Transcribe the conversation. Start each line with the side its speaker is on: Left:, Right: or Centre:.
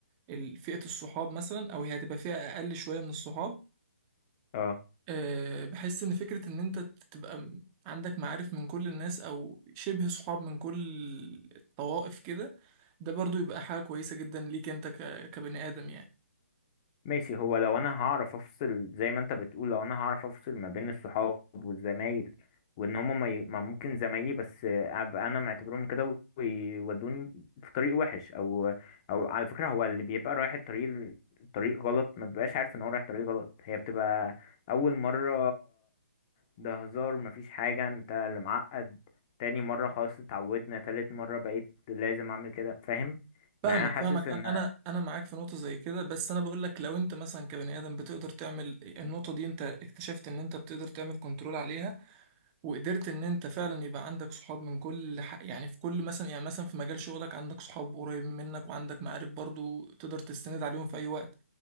Right: ال- فئة الصحاب مثلا او هي هتبقى فئة اقل شوية من الصحاب
Left: اه
Right: أه بحس ان فكرة ان انت تبقى م- عندك معارف من كل الناس او شبه صحاب من كل الطوائف كده ده برضو يبقى حاجة كويسة جدا ليك انت ك- كبني ادم يعني
Left: ماشي هو لو انا هعرف افصل زي ما انت بتقول لو انا هعرف افصل ما بين الصحاب والزمايل وان هم ما ي- ما ممكن زمايلي بس ابقى انا معتبرهم كده ويودوني في طريق وحش او او على فكرة هو اللي بيبقى رايح الطريق الطريق غلط ما بيبقاش عارف ان هو رايح طريق غلط هي بتبقى اول مرة ده هزار مفيش حاجة انت اللي معقد تاني مرة خلاص اتعودنا تالت مرة بقيت لازم اعمل كده فاهم
Right: فاهمك
Left: يعني انا حاسس
Right: فاهمك
Left: ان
Right: انا انا انا معاك في نقطة زي كده بس انا بقول لك لو انت مثلا كبني ادم بتقدر تعمل النقطة دي انت اكتشفت ان انت بتقدر تعمل كنترول عليها وقدرت ان انت فعلا يبقى عندك صحاب من كل ح... يعني في كل مثلا يعني مثلا في مجال شغلك عندك صحاب قريبين منك وعندك معارف برضو تقدر تستند عليهم في اي وقت